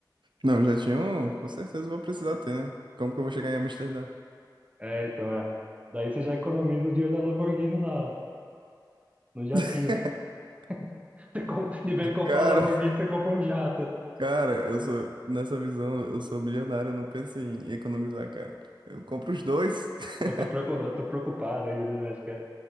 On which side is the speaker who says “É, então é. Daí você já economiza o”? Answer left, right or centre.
Right